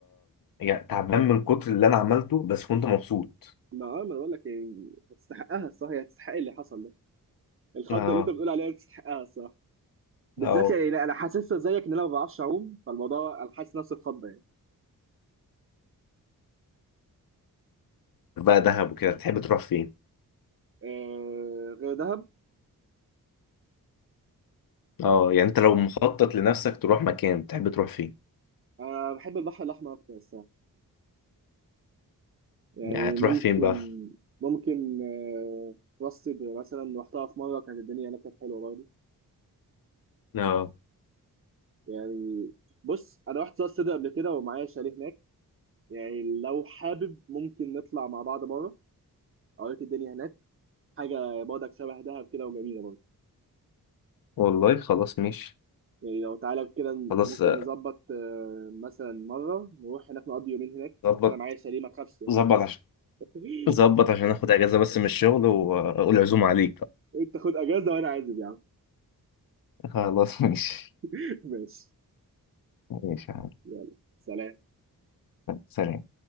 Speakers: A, on the left; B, on the right.
A: يعني تعبان من كتر اللي انا عملته بس كنت مبسوط
B: ما اه ما انا بقول لك يعني هتستحقها الصح هي هتستحق اللي حصل ده الخضه
A: اه
B: اللي انت بتقول عليها تستحقها الصح بالذات
A: اه
B: يعني لا، انا حاسسها زيك ان انا ما بعرفش اعوم فالموضوع انا حاسس نفسي اتخض يعني
A: بقى دهب وكده تحب تروح فين
B: آه غير دهب
A: اه يعني انت لو مخطط لنفسك تروح مكان تحب تروح فين
B: انا بحب البحر الاحمر اكتر الصراحه يعني
A: يعني تروح
B: ممكن
A: فين بقى
B: ممكن آه راس سدر مثلا رحتها في مره كانت الدنيا هناك كانت حلوه برضه
A: اه
B: يعني بص انا رحت راس سدر قبل كده ومعايا شاليه هناك يعني لو حابب ممكن نطلع مع بعض مره اوريك الدنيا هناك حاجه برضك شبه دهب كده وجميله برضه
A: والله خلاص ماشي
B: يعني لو تعالى كده
A: خلاص
B: ممكن
A: آه،
B: نظبط آه، مثلا مرة نروح هناك نقضي يومين هناك
A: ظبط
B: أنا معايا شاليه ما تخافش يعني
A: ظبط عشان
B: <laughs>
A: ظبط عشان اخد اجازة بس من الشغل واقول عزومة عليك بقى.
B: أنت خد أجازة وأنا عازم يا عم
A: خلاص ماشي
B: <laughs> ماشي
A: ماشي يا عم.
B: يلا سلام
A: سلام